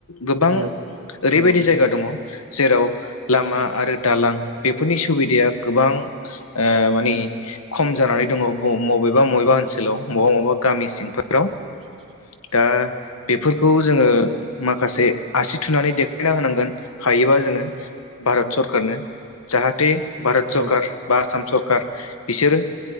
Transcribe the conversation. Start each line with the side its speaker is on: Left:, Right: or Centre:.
Left: गोबां
Right: खोनादों औ
Left: ओरैबायदि
Right: नोंथां
Left: जायगा दङ जेराव लामा
Right: औ
Left: आरो दालां बेफोरनि सुबिदाया गोबां माने खम जानानै दङ' बबेबा बबेबा ओनसोलाव बबेबा बबा गामि सिंफोराव
Right: <unintelligible>
Left: दा बेफोरखौ जोङो माखासे आसि थुनानै देखायना होनांगोन हायोबा जोङो भारत सरखारारनो जाहाथे भारत
Right: औ
Left: सरखारार बा आसाम सरखारार बिसोरो